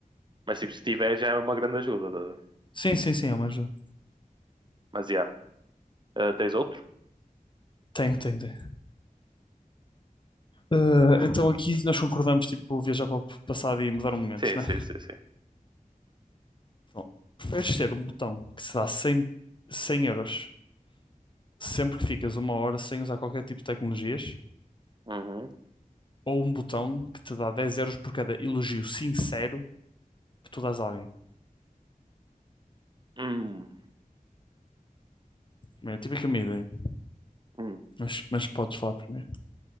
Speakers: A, on the right; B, on the left.
A: mas, tipo, se tiver já é uma grande ajuda. tá a
B: Sim, sim, sim, é uma ajuda.
A: Mas, já. Ah, tens outro?
B: Tem, tem, tem. Ah, então aqui nós concordamos, tipo, viajar para o passado e mudar um momento,
A: Sim,
B: né?
A: sim, sim, sim.
B: Então, preferes ter um botão que se dá cem cem euros sempre que ficas uma hora sem usar qualquer tipo de tecnologias
A: Uhum.
B: ou um botão que te dá 10 euros por cada elogio sincero que tu dás a alguém?
A: Hum,
B: Bem, eu tive aqui uma ideia,
A: hum.
B: mas, mas podes falar primeiro.